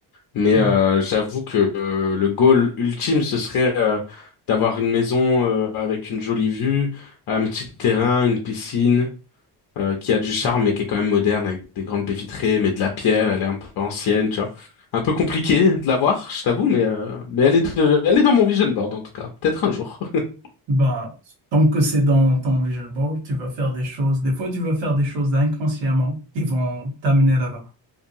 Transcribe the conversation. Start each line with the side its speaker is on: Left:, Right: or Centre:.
Left: Mais
Right: bah
Left: euh,
Right: oui,
Left: j'avoue que euh, le goal ultime, ce serait euh, d'avoir une maison euh, avec une jolie vue, un petit terrain, une piscine euh, qui a du charme
Right: oui.
Left: mais qui est quand même moderne avec des grandes baies vitrées, mais de la pierre, elle est un peu ancienne, tu vois. Un peu compliqué de l'avoir, je t'avoue, mais, euh, mais elle est de- elle est dans mon vision board en tout cas. Peut-être un jour, <laughs>
Right: Bah, tant que c'est dans ton vision board, tu vas faire des choses. Des fois, tu vas faire des choses inconsciemment qui vont t'amener là-bas.